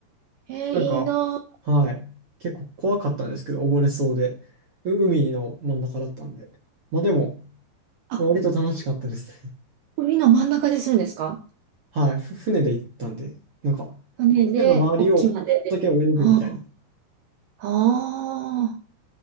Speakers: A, on the right; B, on the right.
A: えーいいなあ。
B: なんか、はい。結構怖かったんですけど、溺れそうで。う海の真ん中だったんで。まあでも、
A: あ、
B: まあ割と楽しかったですね。
A: これみんな真ん中でするんですか
B: <laughs> はい。ふ船で行ったんで、なんか、
A: 船で、
B: 船の周りをだけ泳ぐみたいな。
A: 沖までで。ああ